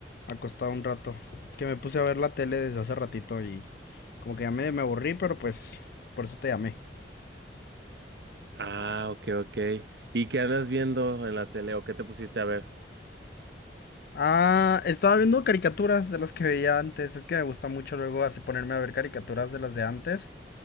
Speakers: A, on the left (about 55°); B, on the right (about 65°).
A: acostado un rato, que me puse a ver la tele desde hace ratito y como que ya medio me aburrí, pero pues por eso te llamé.
B: Ah, ok, ok. ¿Y qué andas viendo en la tele o qué te pusiste a ver?
A: Ah, estaba viendo caricaturas de las que veía antes, es que me gusta mucho luego así ponerme a ver caricaturas de las de antes